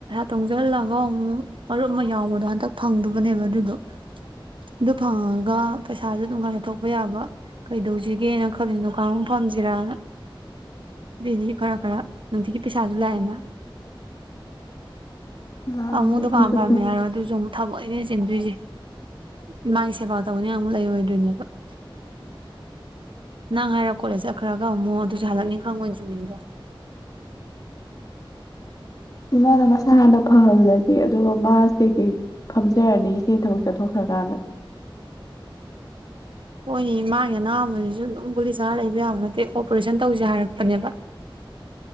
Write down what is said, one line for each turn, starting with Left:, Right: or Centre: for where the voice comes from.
Right: ꯇꯧꯁꯤꯍꯜꯂꯒ ꯑꯃꯨꯛ ꯃꯔꯨꯞ ꯑꯃ ꯌꯥꯎꯕꯗꯣ ꯍꯟꯇꯛ ꯐꯪꯗꯕꯅꯦꯕ ꯑꯗꯨꯗꯣ ꯑꯗꯨ ꯐꯪꯉꯒ ꯄꯩꯁꯥꯁꯨ ꯑꯗꯨꯝ ꯈꯔ ꯊꯣꯛꯄ ꯌꯥꯕ ꯀꯩꯗꯧꯁꯤꯒꯦꯅ ꯈꯜꯂꯤ ꯗꯨꯀꯥꯟꯑꯝ ꯐꯝꯁꯤꯔꯅ ꯑꯗꯨꯏꯗꯤ ꯈꯔ ꯈꯔ ꯅꯨꯡꯇꯤꯒꯤ ꯄꯩꯁꯥꯁꯨ ꯂꯥꯛꯑꯦꯅ
Left: ꯂꯥꯛꯑꯅꯤ
Right: ꯥ ꯑꯃꯨꯛ ꯗꯨꯀꯥꯟ
Left: ꯑꯗꯨꯁꯨ
Right: ꯄꯥꯝꯃꯦ ꯍꯥꯏꯔꯣ ꯑꯗꯨꯁꯨ ꯑꯃꯨꯛ ꯊꯕꯛꯅꯦ ꯆꯤꯟꯗꯣꯏꯁꯦ ꯏꯃꯥꯒꯤ ꯁꯦꯕꯥ ꯇꯧꯅꯤꯅ ꯑꯃꯨꯛ ꯂꯩꯔꯣꯏꯗꯣꯏꯅꯦꯕ <unintelligible> ꯅꯪ ꯍꯥꯏꯔꯣ ꯀꯣꯂꯦꯖ ꯆꯠꯈ꯭ꯔꯒ ꯑꯃꯨꯃꯛ ꯑꯗꯨꯁꯨ ꯍꯜꯂꯛꯅꯤ ꯈꯪꯉꯣꯏꯗ꯭ꯔꯤꯅꯤꯗꯣ
Left: ꯏꯃꯥꯅ ꯃꯁꯥ ꯍꯥꯟꯅ ꯐꯍꯜꯂꯁꯤ ꯑꯗꯨꯒ ꯃꯥꯁꯇꯦꯛꯇꯤ ꯐꯝꯖꯔꯅꯤ ꯏꯆꯦ ꯊꯕꯛ ꯆꯠꯊꯣꯛꯈ꯭ꯔꯀꯥꯟꯗ
Right: ꯍꯣꯏꯅꯤ ꯃꯥꯒꯤ ꯑꯅꯥꯕꯁꯨ ꯑꯗꯨꯝ ꯒꯨꯂꯤ ꯆꯥꯔ ꯂꯩꯕ ꯌꯥꯕ ꯅꯠꯇꯦ ꯑꯣꯄꯔꯦꯁꯟ ꯇꯧꯁꯦ ꯍꯥꯏꯔꯛꯄꯅꯦꯕ